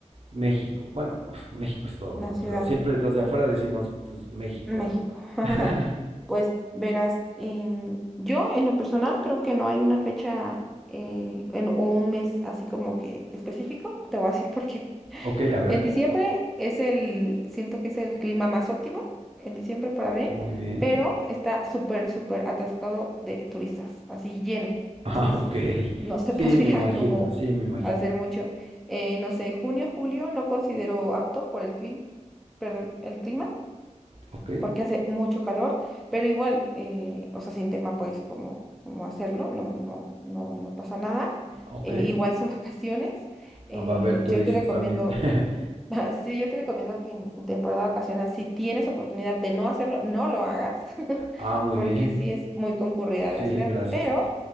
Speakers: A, on the right; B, in the centre.
A: México. Bueno, <laughs> México es todo,
B: La
A: ¿no?
B: ciudad,
A: Pero siempre los de afuera decimos, pues, México,
B: México.
A: ¿no?
B: <laughs>
A: <laughs>
B: Pues verás, em, yo en lo personal creo que no hay una fecha eh, en- o un mes así como que específico. Te voy a decir por qué.
A: Ok, a ver.
B: En diciembre es el, siento que es el clima más óptimo en diciembre para venir,
A: Muy bien.
B: pero está súper, súper atascado de turistas, así lleno.
A: <laughs> Ah,
B: Entonces
A: ok.
B: no se
A: Sí,
B: <laughs> podría
A: me imagino,
B: como
A: sí, me imagino.
B: hacer mucho. Eh, no sé, junio, julio no considero apto por el clima, perdón, el clima,
A: Ok,
B: porque hace mucho calor, pero igual, eh, o sea, sin tema pues como, como hacerlo, no, no, no, no pasa nada.
A: ok.
B: Eh, igual son <laughs> vacaciones. Eh,
A: Ah, Va a haber turistas
B: yo te recomiendo
A: también. <laughs>
B: <laughs> Sí, yo te recomiendo que en temporada vacacional, si tienes oportunidad de no hacerlo, no lo hagas, <laughs>
A: Ah, muy
B: porque
A: bien.
B: sí es muy concurrida la
A: Sí,
B: ciudad,
A: gracias.
B: pero